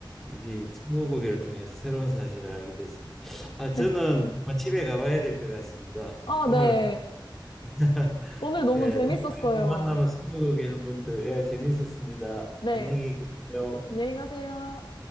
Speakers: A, in the centre; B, on the left (about 70°).
A: 이게 스무고개를 통해서 새로운 사실을 알게 됐습니다. 아 저는
B: <laughs>
A: 그만 집에 가봐야 될 것 같습니다.
B: 아,
A: 오늘
B: 네.
A: <laughs>
B: 오늘 너무
A: 예,
B: 재밌었어요.
A: 다음에 또 만나면 스무고개 한 번 더. 예, 재밌었습니다.
B: 네.
A: 안녕히 계세요.
B: 안녕히 가세요.